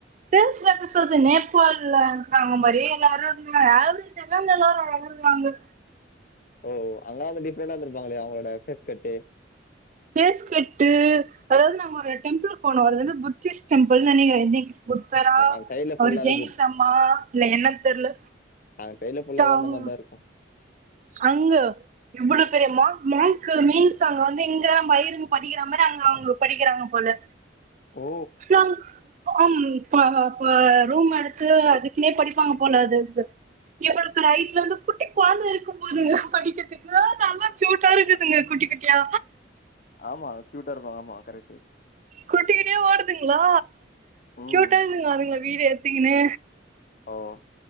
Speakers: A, on the right (about 40°); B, on the left (about 45°).
A: பேஸ்றப்ப சொல்றேங்க இப்போலா தாங்கும்படி எல்லாரு இருங்க ஆவ்து செல்லவ்ங்கெல்லாரு ஆ வாங்க
B: ஓ அங்கலா வந்து டிப்ரெண்டா இருந்துருப்பாங்ளே அவங்ளோட ஃபேஸ் கட்டு
A: ஃபேஸ் கட்டு அதாவ்து நாங்க ஒரு டெம்புள்க் போனோ அது வந்து புத்திஸ்ட் டெம்பிள்ன் நெனைக்கறே இனிக் புத்தரா
B: அந்த சைட்ல
A: அவரு
B: ஃபுல்லாவே
A: ஜெய்னிசம்மா இல்ல என்ன தெர்ல
B: அந் சைட்ல ஃபுல்லாவே
A: தாங்
B: அந்த மாரிதாருக்கு
A: அங்க இவ்வளோ பெரிய மாங்க் மாங்க்கு மீன்ஸ் அங்க வந்து இங்கதாபா இருந்து படிக்கறமாரி அங்க அவ்ங்க படிக்கறாங்க போல
B: ஓ
A: நாங் அம் ப அப்ப ரூம் எடுத்து அது ட்லயே படிப்பாங்கபோல அது இவுருக்கு ரைட்ல வந்து குட்டி கொழந்த இருக் போம்போது படிகத்துக்கு நல்லா க்யூட்டா இருக்குதுங்க குட்டி குட்டியா
B: ஆமா க்யூட்டா இருப்பாங்க ஆமா கரெக்டு
A: குட்டி குட்டியா ஓடுதுங்ளா
B: ம்
A: க்யூட்டா இக்குதுங்க அதுங்கள வீடியோ எத்துகுன்னு
B: ஓஹோ